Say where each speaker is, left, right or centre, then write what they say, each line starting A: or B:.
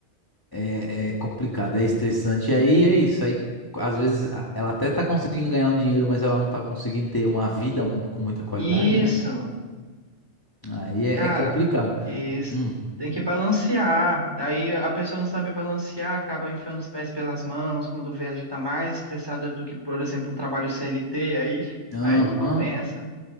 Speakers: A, on the left; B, on the right.
A: é, é complicado, é estressante. E aí é isso. Aí, às vezes a- ela até tá conseguindo ganhar um dinheiro, mas ela não tá conseguindo ter uma vida com muita qualidade,
B: Isso.
A: né? Aí é,
B: Cara,
A: é complicado.
B: isso.
A: Hum,
B: Tem que balancear. Aí a pessoa não sabe balancear, acaba enfiando os pés pelas mãos, quando vê, ela já tá mais estressada do que, por exemplo, um trabalho CLT, aí,
A: aham.
B: aí não compensa.